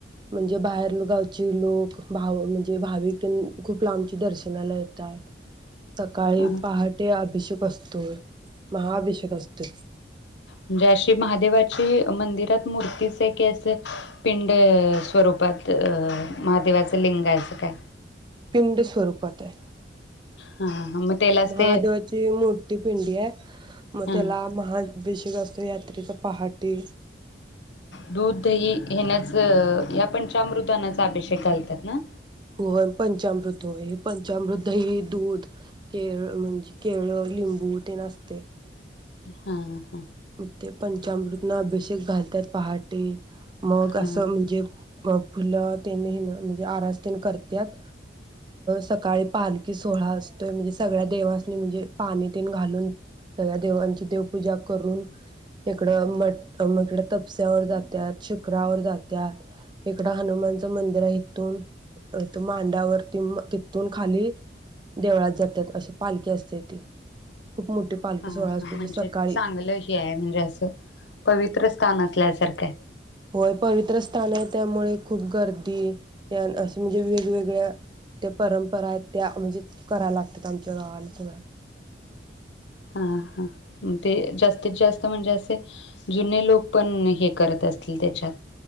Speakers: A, on the right; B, on the left.
A: म्हणजे बाहेर गावचे लोक भाव म्हणजे भाविक खूप लांब दर्शनाला येतात. सकाळी
B: हा
A: पहाटे अभिषेक असतो. तर महाअभिषेक असतोय.
B: म्हणजे अशी महादेवाची मंदिर मूर्तीचे कसे पिंड स्वरूपात महादेवाचं लिंग असं काय
A: पिंड स्वरूपात हाय
B: हा मग त्यालाच
A: महादेवाची
B: ते
A: मोठी पिंडी आहे मग
B: हा
A: त्याला महा अभिषेक असतोय यात्रेच पहाटे
B: दूध दही हेनाच या पंचामृदानाचा अभिषेक घालतात. ना
A: हो पंचामृत हे पंचामृत दही दूध केळ म्हणजे केळ लिंबू तेन असतंय.
B: हा हा
A: ग ते पंचामृतन अभिषेक घालत्यात पहाट मग
B: हा
A: अस म्हणजे फुलं तेन ह्यान म्हणजे आरस तन करत्यात सकाळी पालकी सोहळा असतोय. म्हणजे सगळ्या देवासनी म्हणजे.. पाणी तन घालून सगळ्या देवांची देवपूजा करून इकड म म तपस्यावर जात्यात, शिखरावर जात्यात इकड हनुमानच मंदिर आहे इथून मांड्यावर त तून खाली देवळात जात जात अशी पालखी असतिया ती खूप मोठी पालखी
B: हा हा
A: सोहळा असतोय
B: म्हणजे
A: तो सकाळी
B: चांगलं म्हणजे अस पवित्र स्थान असल्यासारखं हाय
A: होय पवित्र स्थान आहे. त्यामुळे खूप गर्दी त्या असं म्हणजे वेगवेगळ्या त्या परंपरा आहेत. त्या म्हणजे कराय लागतात आमच्या गावाला सगळ्या
B: हा हा ते जास्तीत जास्त म्हणजे असे जुने लोक पण हे करत असतील त्याच्यात